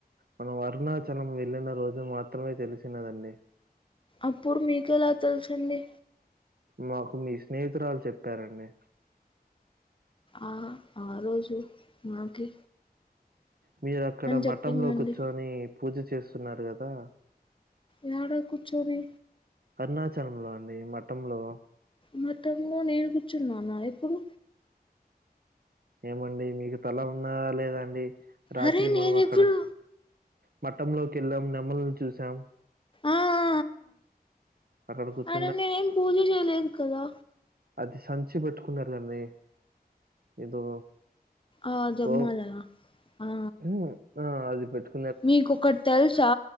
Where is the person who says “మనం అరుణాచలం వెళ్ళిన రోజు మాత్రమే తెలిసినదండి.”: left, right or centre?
Right